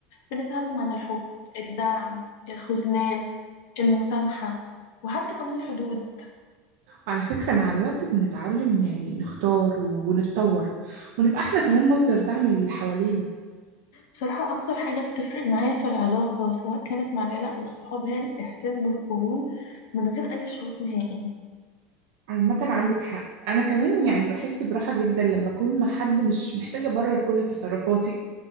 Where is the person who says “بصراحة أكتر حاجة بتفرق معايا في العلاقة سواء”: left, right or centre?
Left